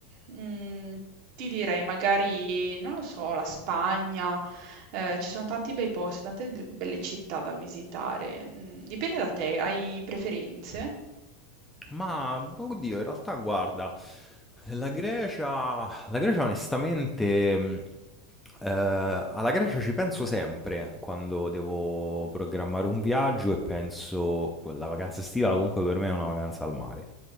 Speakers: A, on the right; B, in the centre.
A: mm, ti direi magari, non lo so, la Spagna. Eh, ci sono tanti bei posti, tante d- belle città da visitare. Mm, dipende da te, hai preferenze?
B: Ma oddio, in realtà guarda, la Grecia, la Grecia onestamente, mh, eh, alla Grecia ci penso sempre quando devo programmare un viaggio e penso, la vacanza estiva comunque per me è una vacanza al mare